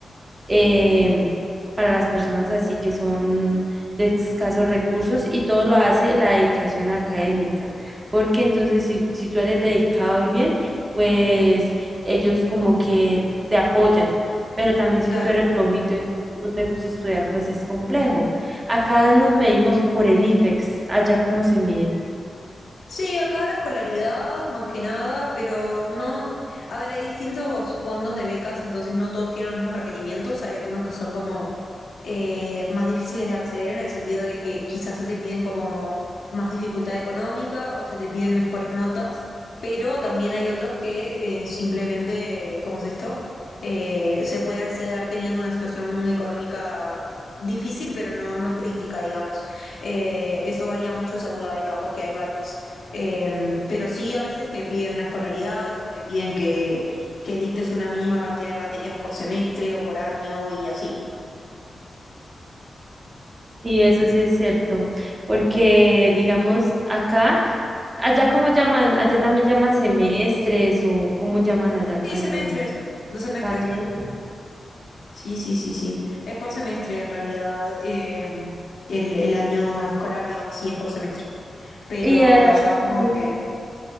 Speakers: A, on the right (about 30°); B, on the left (about 80°).
A: eh, para las personas así que son de escasos recursos y todo lo hace la dedicación académica, porque entonces si, si tú eres dedicado y bien, pues ellos como que te apoyan, pero también si
B: claro.
A: tú eres flojito y no te gusta estudiar, pues es complejo. Acá nos medimos por el IFEX, allá como se mide.
B: Sí, acá la escolaridad más que nada, pero no, a ver, hay distintos fondos de becas, entonces no todos tienen los mismos requerimientos, hay algunos que son como eh, más difíciles de acceder en el sentido de que quizás se te piden como más dificultad económica o se te piden mejores notas, pero también hay otros que eh, simplemente, ¿cómo es esto? Eh, se puede acceder teniendo una situación económica difícil, pero no, no crítica, digamos. Eh, eso varía mucho según la beca, porque hay varias. Eh, pero sí, a veces te piden una escolaridad o te piden que, que dictes una mínima cantidad de materias por semestre o por año y así.
A: Sí, eso sí es cierto, porque digamos acá Allá cómo llaman, allá también llaman semestres o cómo llaman allá cuando
B: Sí, semestres,
A: uno
B: los semestres.
A: también.
B: Sí, sí, sí, sí. Es por semestre en realidad. eh, el, el año escolar, digamos, sí es por semestre. Pero
A: Y, allá-
B: allá supongo
A: y-
B: que...